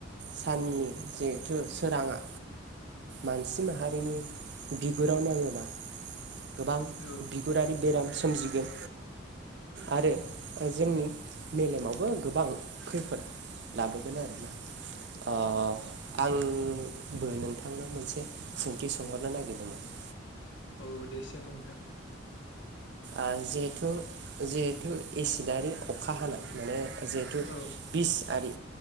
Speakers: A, on the right; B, on the left.
A: साननि जिहेथु सोराङा मानसि माहारिनि बिगुराव नाङोबा गोबां
B: औ
A: बिगुरारि बेराम सोमजिगोन। आरो जोंनि मेलेमावबो गोबां खैफोद लाबोगोन आरोना। ओ आंबो नोंथांनाव मोनसे सोंथि सोंहरनो नागिरदोंमोन। <inaudible>
B: औ दे सों नोंथा।
A: आ जिहेथु जिहेथु एसिदआरि अखा हानाय माने जिहेथु
B: औ
A: बिस आरि